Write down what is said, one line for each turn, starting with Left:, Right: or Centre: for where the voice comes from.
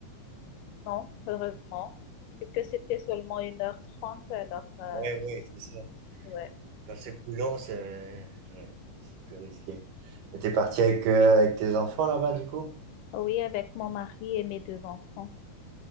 Left: Non, heureusement. Vu que c'était seulement une heure trente alors euh,
Right: Ouais, ouais, c'est ça.
Left: ouais.
Right: Quand c'est plus long, c'est ouais, c'est plus risqué. Et t'es parti avec, euh, avec tes enfants là-bas, du coup?
Left: Oui, avec mon mari et mes deux enfants.